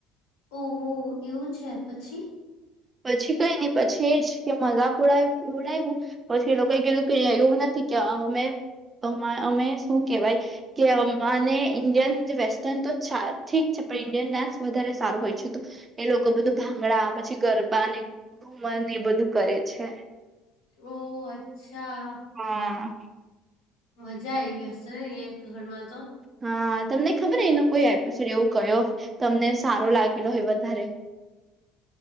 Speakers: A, on the left; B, on the right.
A: ઉ ઉ એવું છે પછી
B: પછી કઈ નને પછી એજ કે મજાક ઉડાયવુ પછી એ લોકોએ કીધું કે એવું નથી કે અમે અમે શું કેવાય કે અમાને ઇન્ડિયન વેસ્ટર્ન તો ઠીક છે પણ ઇન્ડિયન ડાન્સ વધારે સારો હોય છે તો એ લોકો બધું ભાંગડા પછી ગરબાને ઘુમન એ બધું કરે છે.
A: ઓહ અચ્છા.
B: હા
A: મજા આયવીશે ને એ એપિસોડમાં તો
B: હા તમને ખબર એનો કોઈ એપિસોડ એવું કયો તમને સારો લાગેલો હોય વધારે